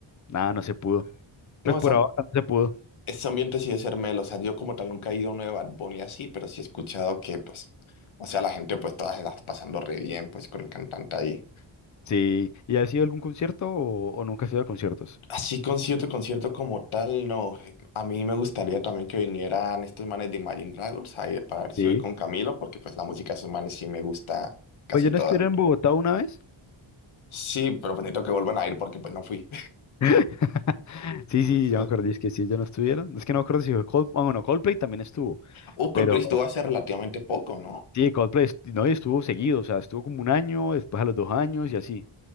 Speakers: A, on the left; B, on the left.
A: nada, no se pudo, pues
B: No, esa-
A: por ahora no se pudo,
B: ese ambiente sí debe ser melo. O sea, yo como tal nunca he ido a una de Bad Bunny así, pero sí he escuchado que, pues, o sea, la gente pues todas se la está pasando re bien, pues, con el cantante ahí.
A: sí, ¿y has ido a algún concierto o, o nunca has ido a conciertos?
B: Así concierto, concierto como tal, no. A mí me gustaría también que vinieran estos manes de Imagine Dragons ahí para ver si
A: Sí.
B: voy con Camilo, porque pues la música de esos manes sí me gusta casi
A: Pues yo
B: toda.
A: no estuve en Bogotá una vez.
B: Sí, pero pues necesito que vuelvan a ir porque pues no fui.
A: <laughs>
B: <laughs>
A: Sí, sí,
B: Sí.
A: ya me acuerdo, es que si ellos no estuvieron, es que no me acuerdo si fue Coldplay, bueno, Coldplay también estuvo,
B: Uh,
A: pero
B: Coldplay estuvo hace relativamente poco, ¿no?
A: sí, Coldplay, est- no, y estuvo seguido, o sea, estuvo como un año, después a los dos años y así.